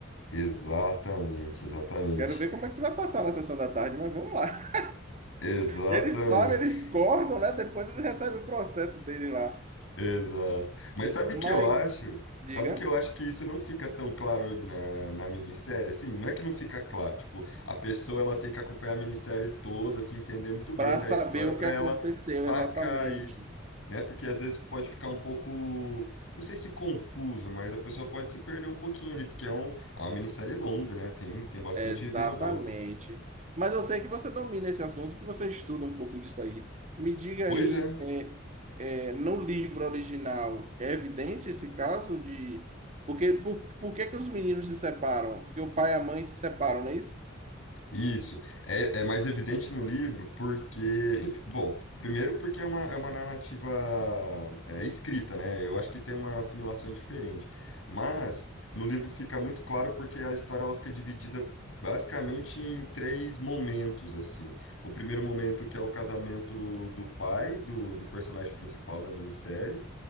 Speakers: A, on the left; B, on the right.
A: Exatamente, exatamente.
B: Quero ver como é que isso vai passar na sessão da tarde, mas vamos lá. <laughs>
A: Exatamente.
B: Eles sabem, eles cortam, né? Depois eles recebem o processo dele lá.
A: Exato. Mas sabe
B: Mas,
A: o que eu acho?
B: diga,
A: Sabe o que eu acho que isso não fica tão claro na, na minissérie? Assim, não é que não fica claro. Tipo, a pessoa ela tem que acompanhar a minissérie toda, se entender muito bem
B: para
A: da
B: saber
A: história
B: o
A: para
B: que aconteceu
A: ela sacar
B: exatamente.
A: isso, né? Porque às vezes pode ficar um pouco, não sei se confuso, mas a pessoa pode se perder um pouquinho ali, porque é, um, é uma minissérie longa, né? Tem, tem bastante
B: Exatamente.
A: reviravolta.
B: Mas eu sei que você domina esse assunto, que você estuda um pouco disso aí. Me diga
A: Pois
B: aí,
A: é.
B: É, No livro original, é evidente esse caso de. Porque, por, por que que os meninos se separam? Porque o pai e a mãe se separam, não é isso?
A: Isso é, é mais evidente no livro porque, enfim, bom, primeiro porque é uma, é uma narrativa é, escrita, né? Eu acho que tem uma assimilação diferente, mas no livro fica muito claro porque a história ela fica dividida basicamente em três momentos, assim. O primeiro momento que é o casamento do pai do, do personagem principal da minissérie,